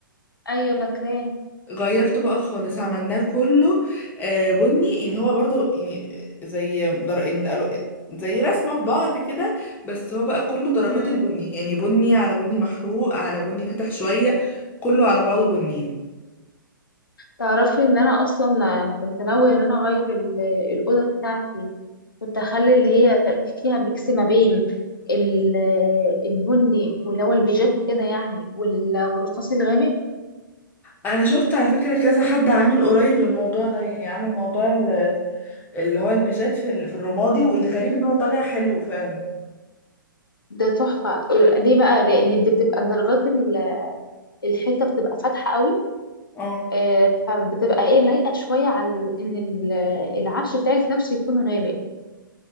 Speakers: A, on the left (about 80°); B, on the left (about 15°).
A: ايوه فاكراه
B: غيرته بقى خالص عملناه كله آه، بني يعني هو برضو يعني زي در... إن الو- زي رسمه في بعض كده بس هو بقى كله درجات
A: مم.
B: البني يعني بني على بني محروق على بني فاتح شويه كله على بعضه بني
A: تعرفي ان انا اصلا كنت ناويه ان انا اغير ال- الاوضه بتاعتي كنت اخلي اللي هي فيها ميكس ما بين ال- البني واللي هو البيجات وكده يعني وال- والرصاص الغامق
B: انا شفت على فكرة كذا حد عامل قريب الموضوع ده يعني عامل موضوع ال- اللي هو البيجات في ال- في الرمادي والغريب ان هو طالع حلو فعلا
A: ده تحفة ليه بقى؟ لأن بتبقى درجات ال- الحيطة بتبقى فاتحة قوي
B: اه
A: آه، فبتبقى ايه لايقة شوية على ال- إن ال- العفش بتاعك نفسه يكون غامق